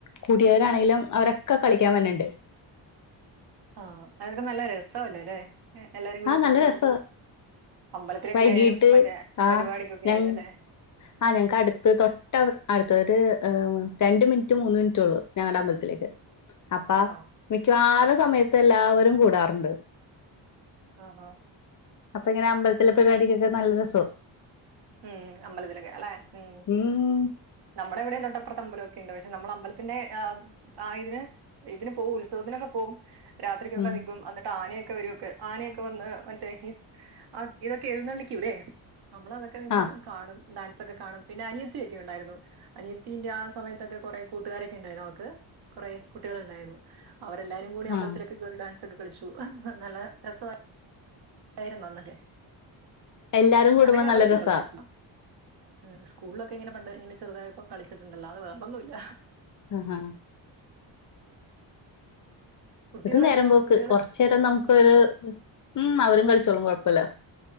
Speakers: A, on the left; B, on the right.
A: കൂട്ടിയവരാണെങ്കിലും അവരൊക്കെ കളിക്കാൻ വര്ണ്‌ണ്ട്
B: ആഹ അതൊക്കെ നല്ല രസല്ലേ അല്ലേ എല്ലാരും കൂടി
A: ആ
B: കൂടിട്ട്
A: നല്ല രസാ
B: അമ്പലത്തിലൊക്കെ
A: വൈകീട്ട്
B: ആയാലും മറ്റേ
A: ആ
B: പരിപാടിക്കൊക്കെ
A: ഞ
B: ആയാലും അല്ലെ
A: ആ ഞങ്ങൾക്ക് അടുത്ത് തൊട്ട അടുത് ഒര് രണ്ട് മിനിറ്റ് മൂന്ന് മിനിറ്റള്ളൂ ഞങ്ങളുടെ അമ്പലത്തിലേക്ക്
B: <inaudible>
A: അപ്പ
B: ആഹ്
A: മിക്കവാറും സമയത്ത് എല്ലാവരും കൂടാറുണ്ട്
B: ആഹ
A: അപ്പൊ ഇങ്ങനെ അമ്പലത്തിലെ പരിപാടിക്കൊക്കെ നല്ല രസാവും
B: ഉം അമ്പലത്തിലൊക്കെ അല്ലെ ഉ
A: ഉം
B: നമ്മുടെ ഇവിടെ തൊട്ടപ്പുറത്ത് അമ്പലമൊക്കെ ഉണ്ട് പക്ഷെ നമ്മൾ അമ്പലത്തിന്റെ <unintelligible> ഇതിന് പോവും ഉത്സവത്തിനൊക്കെ പോവും രാത്രിക്കൊക്കെ
A: ഉം
B: നിക്കും അ ആനയൊക്കെ വരും ക്കെ വന്ന് ആനയൊക്കെ വന്ന് മറ്റേ അ ഇതൊക്കെ എഴുന്നള്ളിക്കൂലേ നമ്മളതൊക്കെ ഒക്കെ
A: ആഹ്
B: കാണും ഡാൻസ് ഒക്കെ കാണും പിന്നെ അനിയത്തി ഒക്കെ ഉണ്ടായിരുന്നു അനത്തിന്റെ ആ സമയത്തൊക്കെ കുറെ കൂട്ടുകാരൊക്കെ ഉണ്ടായിരുന്നു അവൾക്ക് കുറെ കുട്ടികളുണ്ടായിരുന്നു അവരെല്ലാരും കൂടെ അമ്പത്തിലൊക്കെയറി
A: ആഹ്
B: ഡാൻസ് ഒക്കെ കളിച്ചു നല്ല രസായിരുന്നു അന്നൊക്കെ
A: എല്ലാരും
B: ഞാനങ്ങനെ
A: കൂടുമ്പോ
B: അമ്പലത്തിൽ
A: നല്ല രസാ
B: കളിച്ചിട്ടില്ല ഉം സ്കൂളിലൊക്കെങ്ങനെ പണ്ട് ഇങ്ങനെ ചെറുതായി ഇപ്പോ കളിച്ചിട്ടുണ്ടല്ലോ അത് വേറൊന്നുല്ല
A: ആ ഹഹ
B: കുട്ടികളൊക്കെയോ
A: ഒരു നേരം പോക്ക്
B: കുട്ടികള്
A: കൊറച്ച് നേരം നമുക്ക്
B: ഉം
A: ഒരു ഉം അവരും കളിച്ചോളും കൊഴപ്പല്ല